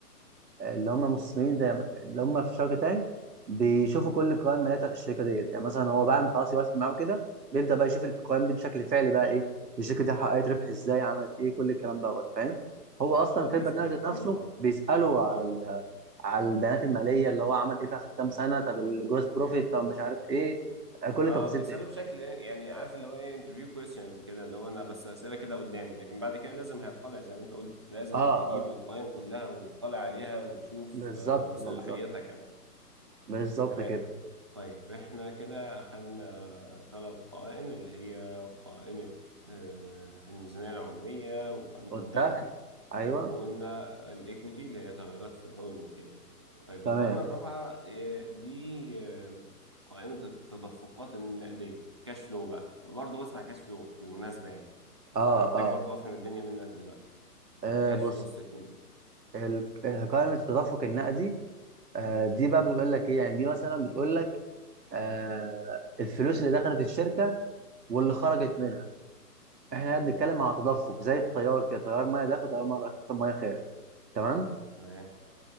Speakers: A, on the right; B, on the right.
A: اللي هم مسلمين زي ما- اللي هم في شارك تانك بيشوفوا كل
B: مم.
A: القوائم الماليه بتاعت الشركه ديت يعني مثلا هو بعد ما خلاص يوافق معاه كده بيبدا بقى يشوف القوائم دي بشكل فعلي بقى ايه الشركه دي حققت ربح ازاي عملت ايه كل الكلام دوت فاهم هو اصلا
B: اه
A: في
B: لازم
A: البرنامج
B: يطمن
A: ذات نفسه
B: طبعا
A: بيساله على
B: اه
A: ال- على البيانات الماليه اللي هو عمل ايه في اخر كام سنه طب الجروس بروفيت طب مش عارف ايه كل
B: اه
A: التفاصيل
B: بيسأله
A: ديت
B: بشكل يعني عارف اللي هو ايه انترفيو كويستشنز كده اللي هو انا بس أسئلة كده قدامي لكن بعد كده لازم هيطلع زي ما انت قلت لازم
A: اه آه،
B: هيجيب القائمة كلها ويطلع عليها ويشوف
A: بالظبط
B: آه صلاحيتها
A: بالظبط
B: كمان
A: بالظبط
B: تمام
A: كده
B: طيب احنا كده اخدنا ثلاث قوائم اللي هي قائمة آه الميزانية العمومية وقائمة
A: والدخل
B: الدخل
A: ايوه
B: وقلنا الايكويتي اللي هي تغيرات في حقوق الملكيه طيب
A: تمام
B: القائمه الرابعه آه، دي آه، قائمه التدفقات النقديه كاش فلو بقى برضه بسمع كاش فلو بالمناسبه يعني
A: اه
B: فانا محتاج
A: اه
B: برضه افهم الدنيا منك دلوقتي
A: آه،
B: الكاش
A: بص
B: فلو ستيتمنت
A: ال- آه، قائمة التدفق النقدي آه، دي بقى بتقول لك ايه يعني دي مثلا بتقول لك آه، الفلوس اللي دخلت الشركة واللي خرجت منها احنا هنا بنتكلم على تدفق زي التيار كده تيار ميه داخل تيار ميه مية خارج تمام
B: تمام